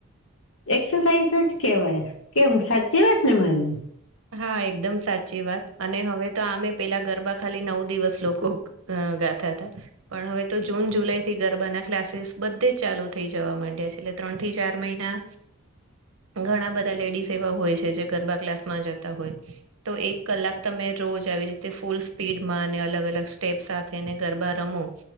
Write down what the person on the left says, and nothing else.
એક્સસાઇઝ જ કેવાય. કેમ, સાચી વાત ને મારી.
<inaudible>